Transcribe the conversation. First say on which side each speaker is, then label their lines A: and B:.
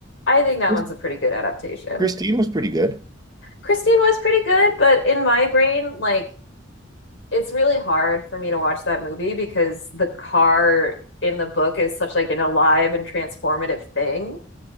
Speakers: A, on the left; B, on the right.
A: I think that
B: Chris-
A: one's a pretty good adaptation.
B: Christine was pretty good.
A: Christine was pretty good, but in my brain, like it's really hard for me to watch that movie because the car in the book is such like an alive and transformative thing.